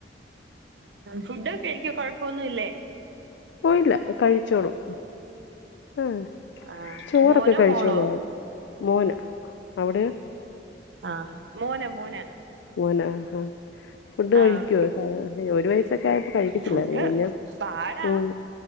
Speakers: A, on the right (about 80°); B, on the left (about 85°).
A: ഫുഡൊക്കെ കഴക്ക കൊഴപ്പൊന്നുംല്ലേ
B: ഓയില്ല കഴിച്ചോളും ആഹ്
A: ആഹ്
B: ചോറൊക്കെ
A: മോനോ
B: കഴിച്ചോളു
A: മോളോ
B: മോന് അവിടെയോ
A: ആഹ് മോനെ മോന
B: മോന ആ ഫുഡ്
A: ആഹ്
B: കഴിക്കുവോ ഒരു വയസൊക്കെ ആയപ്പോ കഴിക്കത്തില്ലായിരുന്നു
A: ഫുഡ്
B: പിന്നെ
A: പാടാ
B: ഉം